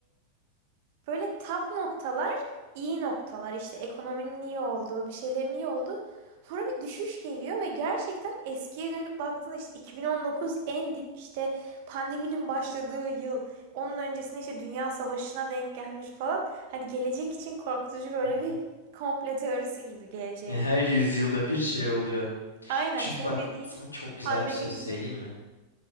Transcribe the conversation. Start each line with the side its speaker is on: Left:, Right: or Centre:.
Right: Böyle tap noktalar, iyi noktalar işte ekonominin iyi olduğu, bir şeylerin iyi olduğu. Sonra bir düşüş geliyor ve gerçekten eskiye dönüp baktığında işte 2019 en dip işte pandeminin başladığı yıl. Onun öncesinde işte Dünya Savaşı'na denk gelmiş falan. Hani gelecek için korkutucu böyle
Left: Hı
Right: bir
Left: hı.
Right: komplo teorisi gibi geleceğe
Left: Ya Her
Right: dair.
Left: yüzyılda bir şey oluyor.
Right: Aynen
Left: Çünkü
Right: senin
Left: bak
Right: dediğin
Left: sana çok güzel
Right: pandemi
Left: bir söz
Right: gibi.
Left: söyleyeyim mi?